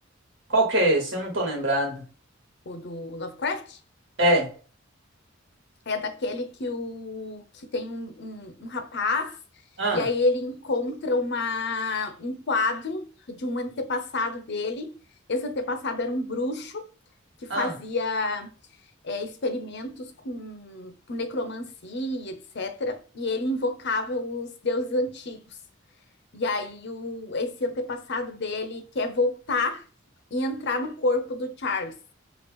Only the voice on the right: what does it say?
Qual que é esse? Eu não tô lembrado.
É.
Ah,
ah.